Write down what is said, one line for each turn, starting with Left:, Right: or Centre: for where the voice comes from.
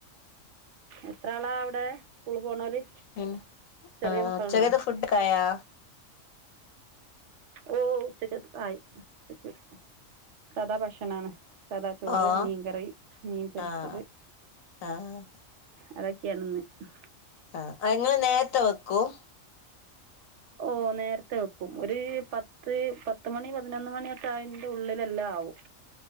Right: എത്ര ആളാ അവിടെ സ്കൂള് പോനോല്
Left: പിന്നെ
Right: ചെറിയ
Left: ആഹ്
Right: മക്കളുണ്ടോ
Left: ഉച്ചക്കത്തെ ഫുഡൊക്കെ ആയാ
Right: ഓ ഉച്ചക്ക്ക്കയി ച സദാ ഭഷ ഭക്ഷണണ് സദാ ചോറ്
Left: ഓഹ്
Right: മീൻകറി മീൻ പൊരിച്ചത്
Left: ആഹ് ആഹ്
Right: അതൊക്കെയണന്ന് മം
Left: ആ എങ്ങള്ൾ നേരത്തെ വെക്കും
Right: ഓ നേരത്തെ വെക്കും ഒരു പത്ത് പത്ത് മണി പതിനൊന്ന് മണിയൊക്കെ അതി ൻ്റെ ഉള്ളിലെല്ലാം ആവും